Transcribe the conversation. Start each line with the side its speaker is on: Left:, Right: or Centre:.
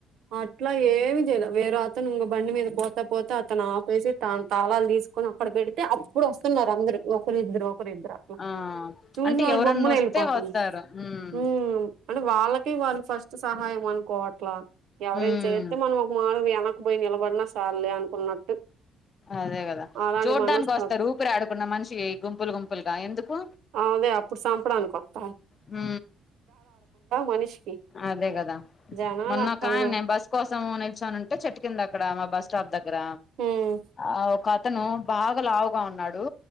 Right: అట్లా ఏమి చేయలే వేర అతను ఇంగ బండి మీద పో పోతే అతను ఆపేసి తనా తాళాలు తీసుకొని అక్కడ పెడితే అప్పుడు వస్తున్నారు. అందరు ఒకరిద్దరు ఇద్దరు అట్లా
Left: ఆ
Right: చూసినోళ్లు
Left: అంటే ఎవరన్నా
Right: గమ్మున
Left: వస్తే
Right: వెళ్ళిపోతార్రు
Left: వస్తారు ఉమ్
Right: హ్ అంటే వాళ్ళకి వాళ్ళు ఫస్ట్ సహాయం అనుకోవట్లా ఎవరైనా
Left: ఉమ్
Right: చేరితే మనం ఒక మూలాన వెనకపోయి నిలబడిన సాల్లే అనుకున్నట్టు
Left: అదే కదా
Right: అలాంటి
Left: చూడ్డానికి
Right: మనస్తత్వం
Left: వస్తారు. ఊపిరిడకున్న మనిషికి గుంపులు గుంపులుగా ఎందుకు
Right: అదే అప్పుడు సంపడానికి వోత్తర్
Left: హ్
Right: మనిషికి
Left: అదే కదా
Right: జనాలు
Left: మొన్న
Right: అట్టున్నారు
Left: ఒకాయన నేను బస్సు కోసం నిల్చొని ఉంటే చెట్టు కింద అక్కడ బస్ స్టాప్ దగ్గర
Right: ఉమ్
Left: ఆ ఒక అతను బాగా లావుగా ఉన్నాడు.